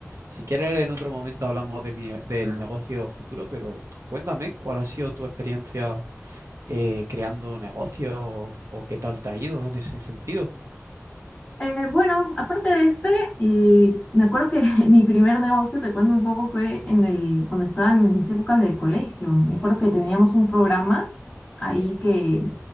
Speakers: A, on the right; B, on the left.
A: Si quieres, en otro momento hablamos de mi- del negocio futuro, pero cuéntame cuál ha sido tu experiencia eh, creando negocios o, o qué tal te ha ido en ese sentido.
B: Eh, bueno, aparte de este, eh, me acuerdo que <laughs> mi primer negocio, te cuento un poco, fue en el, cuando estaba en mis épocas del colegio. Me acuerdo que teníamos un programa ahí que